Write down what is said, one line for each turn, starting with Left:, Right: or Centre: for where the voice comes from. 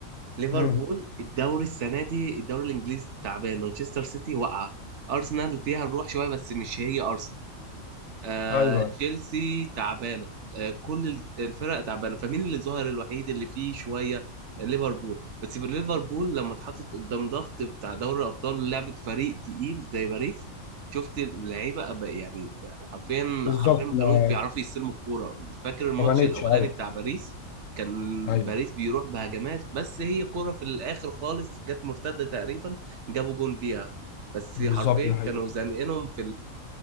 Right: ليفربول
Left: مم.
Right: الدوري السنه دي الدوري الانجليزي تعبان مانشستر سيتي واقعه ارسنال فيها الروح شويه بس مش هي ارسنال آه
Left: ايوه
Right: تشيلسي تعبانه آه كل الفرق تعبانه فمين اللي ظهر الوحيد اللي فيه شويه آه، ليفربول بس في ليفربول لما اتحطت قدام ضغط بتاع دوري الابطال لعبه فريق تقيل زي باريس شفت اللعيبه أبقى يعني يعني حرفيا
Left: بالظبط
Right: حرفيا ما
Left: ما
Right: كانوش بيعرفوا يستلموا الكوره فاكر الماتش
Left: ما بانتش
Right: الاولاني
Left: ايوه
Right: بتاع باريس كان
Left: ايوه
Right: باريس بيروح بهجمات بس هي كوره في الاخر خالص جت مرتده تقريبا جابوا جون بيها بس
Left: بالظبط
Right: حرفيا
Left: دي حقيقة
Right: كانوا زانقينهم في